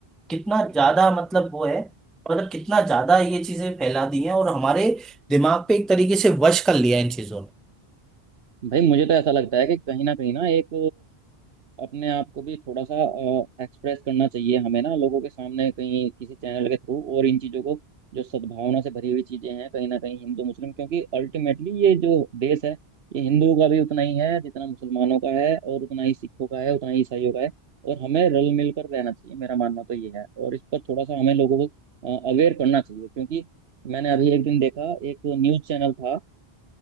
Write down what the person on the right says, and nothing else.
है भाई मुझे तो ऐसा लगता है कि कहीं ना कहीं ना एक अपने आप को भी थोड़ा सा एक्सप्रेस करना चाहिए हमें ना लोगों के सामने कहीं किसी चैनल के थ्रू और इन चीज़ों को जो सद्भावना से भरी हुई चीज़ें हैं कहीं ना कहीं हिंदू मुस्लिम क्योंकि अल्टीमेटली ये जो देश है ये हिंदुओं का भी उतना ही है जितना मुसलमानों का है और उतना ही सिखों का है उतना ही ईसाइयों का है और हमें रल मिल कर रहना चाहिए मेरा मानना तो ये है और इस पर थोड़ा सा हमें लोगों को अवेयर करना चाहिए क्योंकि मैंने अभी एक दिन देखा एक न्यूज़ चैनल था